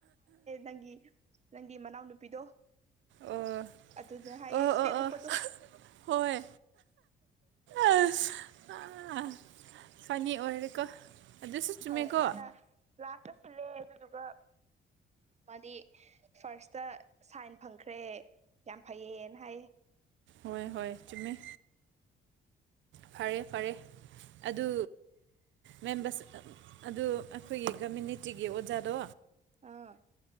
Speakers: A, on the right (about 35°); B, on the right (about 70°).
A: ꯍꯥꯏꯒꯤ ꯅꯪꯒꯤ ꯃꯅꯥꯎꯅꯨꯄꯤꯗꯣ
B: ꯑꯣ
A: ꯑꯗꯨꯅ ꯍꯥꯏꯌꯦꯁꯄꯦ
B: ꯑꯣ ꯑꯣ
A: ꯎꯄꯗꯣ
B: ꯑꯣ ꯍꯣꯏ ꯑꯁ ꯑꯥ ꯐꯅꯤ ꯑꯣꯏꯔꯦꯀꯣ ꯑꯗꯨꯁꯨ ꯆꯨꯝꯃꯦꯀꯣ
A: ꯍ ꯃꯥꯅ ꯂꯥꯁꯇꯁꯨ ꯂꯩ ꯑꯗꯨꯗꯨꯒ ꯃꯥꯗꯤ ꯐꯥꯔꯁꯇ ꯁꯥꯏꯟ ꯐꯪꯈ꯭ꯔꯦ ꯌꯥꯝ ꯐꯩꯌꯦꯅ ꯍꯥꯏꯌꯦ
B: ꯍꯣꯏ ꯍꯣꯏ ꯆꯨꯝꯃꯦ ꯐꯔꯦ ꯐꯔꯦ ꯑꯗꯨ ꯃꯦꯝꯕꯔꯁꯤ ꯑꯗꯨ ꯑꯩꯈꯣꯏꯒꯤ ꯀꯝꯃꯌꯨꯅꯤꯇꯤꯒꯤ ꯑꯣꯖꯥꯗꯣ
A: ꯑꯥ